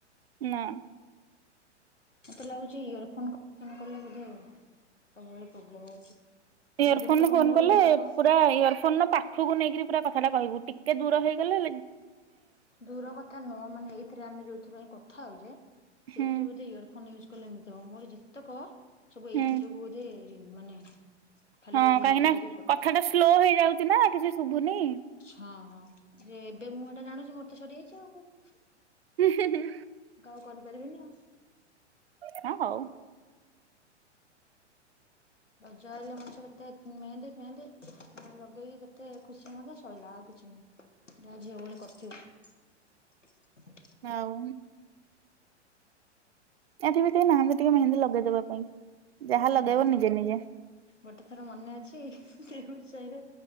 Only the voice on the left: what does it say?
ମତେ ଲାଗୁଛି ଇୟର ଫୋନ କଲେ ବୋଧେ ସବୁବେଳେ ପ୍ରୋବ୍ଲେମ୍ ହଉଛି
ମୁଁ ଯେତେକ
ମୋର
ଗୁଡାକ
ଦୂର କଥା ନୁହଁ ମାନେ ଏଇଥିରେ ଆମେ ଯୋଉଥିପାଇ କ କଥା ହଉଛି ସେଇଥିରେ
ବୋଧେ ଇୟର ଫୋନ୍ ୟୁଜ କଲେମତି ମୋର ଯେତେକ ସବୁ
ଏଇଥିଥିଲାବୁ ବୋଧେ ମାନେ ଖାଲି
ଇଏରେ
ଇଏରେ କଟୁଛି।
ହଁ ହଁ ଯେ ଏବେ ମୁଁ ଏଟା ଜାଣୁଛି ମୋର ତ ସରିଯାଇଛି ଆଉ କଣ
ଆଉ କରିପାରିବେନି ଆଉ
ରଜ ହେଲଲେ ମଣିଷ କେତେ ମେହେନ୍ଦେ ଫେହେନ୍ଦି ଲଗେଇକି କେତେ ଖୁସି ମଜା ଶୋଇଲା ଆଉ କିଛି ନାହିଁ ଯାହା ଝିଅ ବେଳେ କରିଥିବ
ହୁଁ
ଗୋଟେ ଥର ମନେ ଅଛି ସେ ସାହିରେ